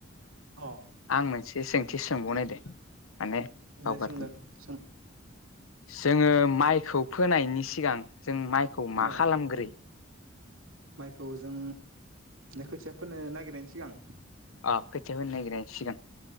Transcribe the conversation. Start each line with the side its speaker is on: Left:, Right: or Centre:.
Right: अ।
Left: आं मोनसे सोंथि सोंबावनाय दे माने बावगारदों।
Right: दे सोंदो सों
Left: जोङो माइखौ फोनायनि सिगां जों माइखौ मा
Right: अ
Left: खालामग्रो?
Right: माइखौ जों खोथिया फोनो नागिरनायनि सिगां
Left: अ खोथिया फोनो नागिरनायनि सिगां